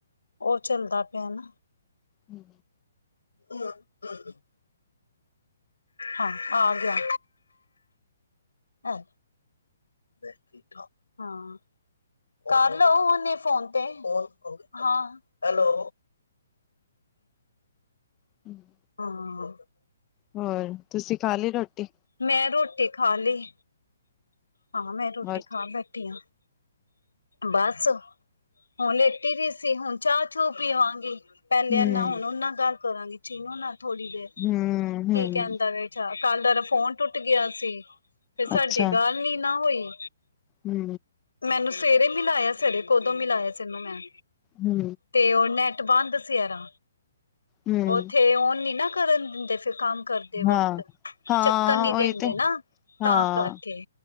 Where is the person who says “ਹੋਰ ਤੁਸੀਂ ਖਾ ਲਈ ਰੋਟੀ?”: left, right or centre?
Left